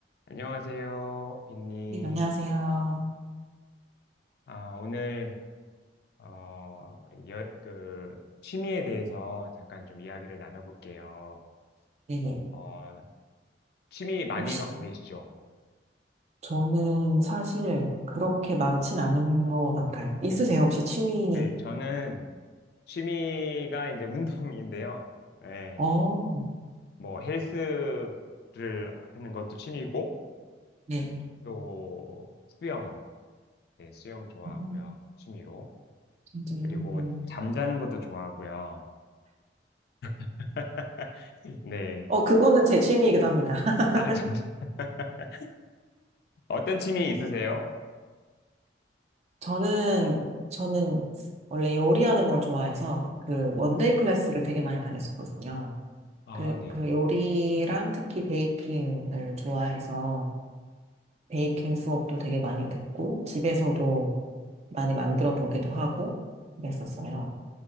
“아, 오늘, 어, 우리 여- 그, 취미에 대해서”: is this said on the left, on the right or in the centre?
Left